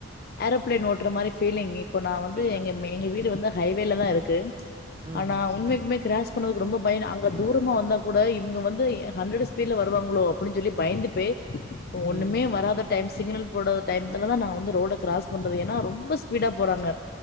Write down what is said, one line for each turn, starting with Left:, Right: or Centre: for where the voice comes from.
Left: ஏரோப்பிளைன் ஓட்டுற மாரி ஃபீலிங் இப்ப நா வந்து
Right: புரியல
Left: எங்க மெ எங்க வீடு வந்து ஹைவேலதா இருக்கு
Right: ம்
Left: ஆனா
Right: ம்
Left: உண்மைக்மே கிராஸ் பண்ணதுக்கு ரொம்ப பயனு அங்க தூரமா வந்தா கூட இவங்க வந்து ஹண்ரடு ஸ்பீட்ல வருவாங்ளோ அப்டின் சொல்லி பயந்துப்பே இப்ப
Right: ம்
Left: ஒண்ணுமே வராத டைம் சிகுனல் போடாத டைம்த்துலதா நா வந்து ரோட கிராஸ் பண்றது ஏனா ரொம்ப ஸ்பீடா போறாங்க